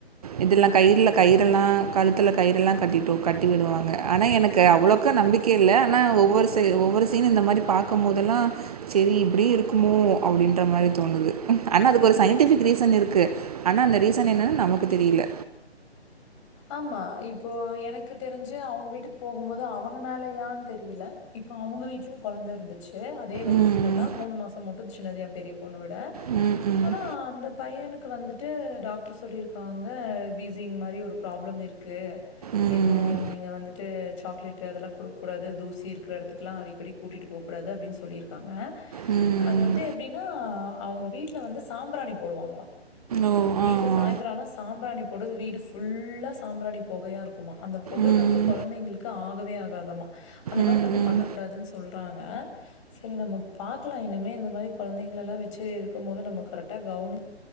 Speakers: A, on the right (about 35°); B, on the left (about 30°).
A: இதெல்லா கயிற்ல கயிறு எல்லா கழுத்துல கயிறு எல்லா கட்டிட்டோ கட்டி விடுவாங்க ஆனா எனக்கு அவ்ளோக்க நம்பிக்கை இல்ல ஆனா ஒவ்வொரு ச ஒவ்வொரு சீன் இந்த மாதிரி பாக்கும்போதல்லா செரி இப்டியு இருக்குமோ அப்படின்ற மாதிரி தோணுது ஆனா அதுக்கு ஒரு சயின்டிபிக் ரீசன் இருக்கு ஆனா அந்த ரீசன் என்னன் நமக்கு தெரியில்ல
B: ஆமா இப்போ எனக்கு தெரிஞ்சு அவங்க வீட்டுக் போகும்போது அவங்கனாலையான் தெரியில இப்ப அவங்க வீடலயு கொழந்த இருந்துச் சு அதே வயசுலதா
A: ம் ம்
B: மூணு மாசம் மட்டு சின்னது எ பெரிய பொண்ணு விட
A: ம்
B: ஆனா அந்த பையனுக்கு வந்துட்டு டாக்டர் சொல்லியிருக்காங்க வீசிங் மாரி ஒரு ப்ராப்ளம் இருக்கு
A: ம்
B: எதுவு நீங்க வந்துட்டு சாக்லேட்டு அதெல்லா குடுக் கூூடாது தூசி இருக்கிற இடத்துக்கெல்லா அடிக்கடி கூட்டிட்டு போக் கூடாது அப்டின் சொல்லியிருக்காங்க
A: ம் ம்
B: அது வந்து எப்டின்னா அவங்க வீட்ல வந்து சாம்பிராணி போடுவாங்களா
A: ஓ
B: வீட்ல
A: ஆ ஆ
B: சாய்ந்தரான்னா சாம்பிராணி போடுது வீடு ஃபுல்லா சாம்பிராணி பொகையா இருக்குமா அந்த பொக
A: ம்
B: வந்து கொழந்தைங்களுக்கு ஆகவே ஆகாதாம்மா அந்த மாரி
A: ம்
B: நம்ப
A: ம்
B: பண்ண கூடாதுன் சொல்றாங்க சரி நம்ம பாக்கலா இனிமே இந்த மாரி கொழந்தைங்கலெல்லா வெச்சு இருக்கும் போது நம்ம கரெக்டா கவனி